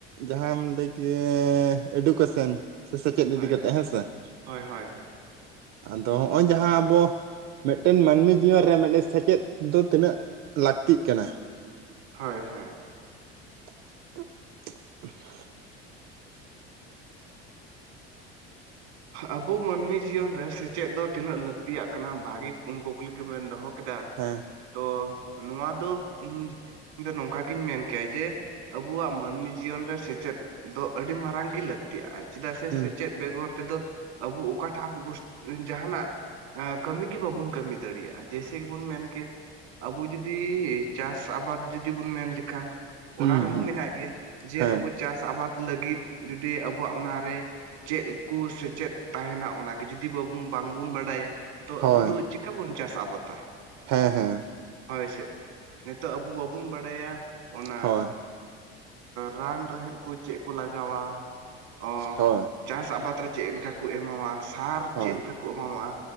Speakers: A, on the right (about 60°); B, on the right (about 85°).
A: ᱡᱟᱦᱟᱸᱢ ᱞᱟᱹᱭ ᱠᱮ ᱮᱰᱩᱠᱮᱥᱚᱱ ᱥᱮ ᱥᱮᱪᱮᱫ ᱤᱫᱤ
B: ᱦᱳᱭ
A: ᱠᱟᱛᱮᱜ ᱦᱮᱸᱥᱮ
B: ᱦᱳᱭ ᱦᱳᱭ
A: ᱟᱫᱚ ᱦᱚᱸᱜᱼᱚᱭ ᱡᱟᱦᱟᱸ ᱟᱵᱚ ᱢᱤᱫᱴᱮᱱ ᱢᱟᱹᱱᱢᱤ ᱡᱤᱭᱚᱱ ᱨᱮ ᱢᱤᱫᱴᱮᱱ ᱥᱮᱪᱮᱫ ᱫᱚ ᱛᱤᱱᱟᱹᱜ ᱞᱟᱹᱠᱛᱤᱜ ᱠᱟᱱᱟ
B: ᱦᱳᱭ ᱦᱮᱸ
A: <unintelligible>
B: ᱟᱵᱚ ᱢᱟᱹᱱᱢᱤ ᱡᱤᱭᱚᱱ ᱨᱮ ᱥᱮᱪᱮᱫ ᱫᱚ ᱛᱤᱱᱟᱹᱜ ᱞᱟᱹᱠᱛᱤᱭᱟᱜ ᱠᱟᱱᱟ ᱵᱷᱟᱜᱤ ᱠᱩᱠᱞᱤ ᱜᱮᱵᱮᱱ ᱫᱚᱦᱚ ᱠᱮᱫᱟ
A: ᱦᱮᱸ
B: ᱛᱚ ᱱᱚᱣᱟ ᱫᱚ ᱤᱧ ᱤᱧ ᱫᱚ ᱱᱚᱝᱠᱟ ᱜᱤᱧ ᱢᱮᱱ ᱠᱮᱭᱟ ᱡᱮ ᱟᱵᱚᱣᱟᱜ ᱢᱟᱹᱱᱢᱤ ᱡᱤᱭᱚᱱ ᱨᱮ ᱥᱮᱪᱮᱫ ᱫᱚ ᱟᱹᱰᱤ ᱢᱟᱨᱟᱝ ᱜᱮ ᱞᱟᱹᱼ ᱠᱛᱤᱜᱼᱟ ᱪᱮᱫᱟᱜ ᱥᱮ
A: ᱦᱩᱸ
B: ᱥᱮᱪᱮᱫ ᱵᱮᱜᱚᱨ ᱛᱮᱫᱚ ᱟᱵᱚ ᱟᱠᱚ ᱚᱠᱟᱴᱟᱜ ᱵ <unintelligible> ᱡᱟᱦᱟᱱᱟᱜ ᱠᱟᱹᱢᱤ ᱜᱮ ᱵᱟᱵᱚᱱ ᱠᱟᱹᱢᱤ ᱫᱟᱲᱮᱭᱟᱜᱼᱟ ᱡᱮᱭᱥᱮ ᱜᱮᱵᱚᱱ ᱢᱮᱱ ᱠᱮᱭᱟ ᱟᱵᱚ ᱡᱩᱫᱤ ᱪᱟᱥ ᱟᱵᱟᱫᱽ ᱡᱩᱫᱤ ᱵᱚᱱ ᱢᱮᱱ ᱞᱮᱠᱷᱟᱱ
A: ᱦᱩᱸ
B: ᱚᱱᱟ ᱨᱮᱦᱚᱸ
A: ᱦᱩᱸ
B: ᱢᱮᱱᱟᱜ ᱜᱮᱭᱟ ᱡᱮ
A: ᱦᱮᱸ
B: ᱟᱵᱚ ᱪᱟᱥ ᱟᱵᱟᱫ ᱞᱟᱹᱜᱤᱫ ᱡᱩᱫᱤ ᱟᱵᱚᱣᱟᱜ ᱚᱱᱟᱨᱮ ᱪᱮᱫ ᱠᱚ ᱥᱮᱪᱮᱫ ᱛᱟᱦᱮᱸᱱᱟ ᱚᱱᱟᱜᱮ ᱡᱩᱫᱤ ᱵᱟᱵᱚᱱ ᱵᱟᱝᱵᱚᱱ ᱵᱟᱰᱟᱭᱟ ᱛᱚ
A: ᱦᱳᱭ
B: ᱟᱵᱚ ᱫᱚ ᱪᱤᱠᱟ ᱵᱚᱱ ᱪᱟᱥ ᱟᱵᱟᱛᱟ
A: ᱦᱮᱸ ᱦᱮᱸ
B: ᱦᱚᱭᱥᱮᱜ ᱱᱤᱛᱚᱜ ᱟᱵᱚ ᱵᱟᱵᱚᱱ ᱵᱟᱲᱟᱭᱟ ᱚᱱᱟ
A: ᱦᱳᱭ
B: ᱨᱟᱱ ᱨᱮᱦ ᱠᱩ ᱪᱮᱫᱠᱩ ᱞᱟᱜᱟᱣᱟ ᱚ
A: ᱦᱳᱭ
B: ᱪᱟᱥ ᱟᱵᱟᱫ ᱨᱮ ᱪᱮᱫ ᱞᱮᱠᱟ ᱠᱚ ᱮᱢᱟᱣᱟ ᱥᱟᱨ
A: ᱦᱳᱭ
B: ᱪᱮᱫ ᱞᱮᱠᱟ ᱠᱚ ᱮᱢᱟᱢᱣᱟᱼᱟ